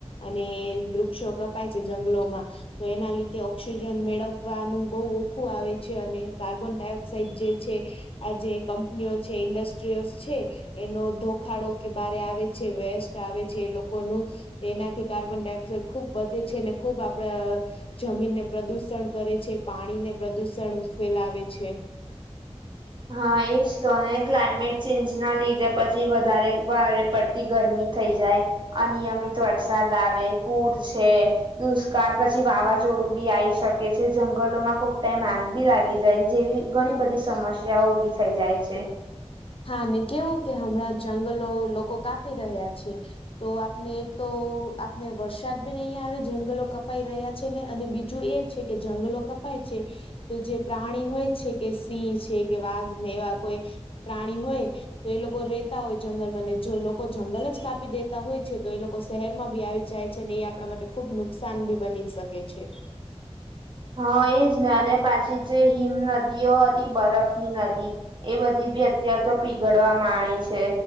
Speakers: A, on the left (about 55°); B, on the right (about 45°).
A: અને વૃક્ષો કપાય છે, જંગલોમાં તો એના લીધે ઓક્સિજન મેળવવાનું બહુ ઓખું આવે છે, અને કાર્બન ડાયોક્સાઇડ જે છે આ જે કંપનીઓ છે, ઇન્ડસ્ટ્રીઓ છે. એનો ધોખાડો કે મારે આવે છે, વેસ્ટ આવે છે એ લોકોનું એનાથી કાર્બન ડાયોક્સાઇડ ખુબ વધે છે, ને ખુબ આપડ જમીનને પ્રદુષણ કરે છે, પાણીને પ્રદુષણ ફેલાવે છે.
B: હા એજ તો, ને ક્લાઇમેટ ચેન્જ ના લીધે પછી વધારે ભારે પડતી ગરમી થઈ જાય, અનિયમિત વરસાદ આવે, પૂર છે. દુષ્કાળ પછી વાવાઝોડું બી આઈ શકે છે, જંગલોમાં કોક ટાઈમ આગબી લાગી જાય, જેવી ઘણી બધી સમસ્યાઓ ઉભી થઈ જાય છે.
A: હા ને કેવું કે હમણાં જંગલો લોકો કાપી રહ્યા છે તો આપને એક તો આપને વરસાદ બી નહીં આવે જંગલો કપાઈ રહ્યા છે ને અને બીજું એ છે કે જંગલો કપાય છે તો જે પ્રાણી હોય છે કે સિંહ છે કે વાઘને એવા કોઈ પ્રાણી હોય તો એ લોકો રેતા હોય જંગલમાં ને જો લોકો જંગલ જ કાપી દેતા હોય છે તો એ લોક કો શહેરમાં ભી આવી જાય છે ને એ આપણા માટે ખુબ નુકસાન ભી બની શકે છે.
B: હા એજ ને અને પાછી જે હિમ નદીઓ હતી બરફની નદી એ બધી બી અત્યાર તો પીગડવા માણી છે